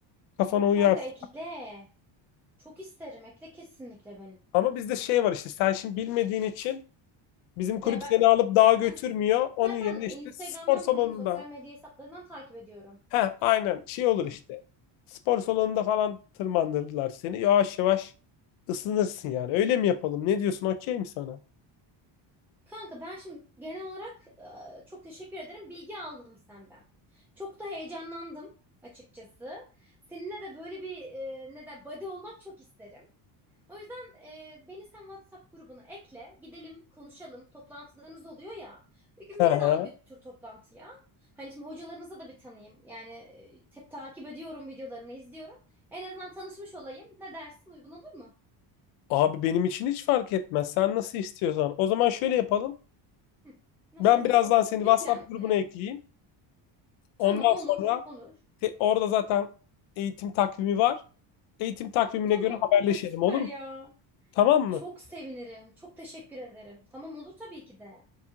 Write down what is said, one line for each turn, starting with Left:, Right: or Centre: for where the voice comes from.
Left: Kafana uyarsın.
Centre: Kanka ekle. Çok isterim ekle kesinlikle beni.
Left: Ama bizde şey var işte sen şimdi bilmediğin için Bizim kulüp
Centre: Ya ben
Left: seni alıp dağa götürmüyor.
Centre: ben
Left: Onun
Centre: zaten
Left: yerine işte
Centre: Instagram'dan
Left: spor salonunda
Centre: hani sosyal medya hesaplarından takip ediyorum.
Left: Ha, aynen şey olur
Centre: Hı.
Left: işte. Spor salonunda falan tırmandırırlar seni. Yavaş yavaş ısınırsın yani. Öyle mi yapalım? Ne diyorsun? Okey mi sana?
Centre: Kanka ben şimdi genel olarak e, çok teşekkür ederim. Bilgi aldım senden. Çok da heyecanlandım açıkçası. Seninle de böyle bir e, ne de buddy olmak çok isterim. O yüzden e, beni sen WhatsApp grubuna ekle. Gidelim konuşalım. Toplantılarımız oluyor ya. Bir gün
Left: Hı
Centre: beni
Left: hı.
Centre: de al götür toplantıya. Hani şimdi hocalarımızı da bir tanıyayım. Yani e, hep takip ediyorum videolarını izliyorum. En azından tanışmış olayım. Ne dersin uygun olur mu?
Left: Abi benim için hiç fark etmez. Sen nasıl istiyorsan. O zaman şöyle yapalım.
Centre: Hı, nasıl
Left: Ben
Centre: yapalım?
Left: birazdan seni
Centre: Gün
Left: WhatsApp
Centre: planlayalım.
Left: grubuna ekleyeyim. Ondan
Centre: Tamam olur
Left: sonra
Centre: olur.
Left: te- orada zaten eğitim takvimi var. Eğitim takvimine
Centre: Tamam.
Left: göre haberleşelim
Centre: Ay süper
Left: olur mu?
Centre: ya.
Left: Tamam
Centre: Çok
Left: mı?
Centre: sevinirim. Çok teşekkür ederim. Tamam olur tabii ki de.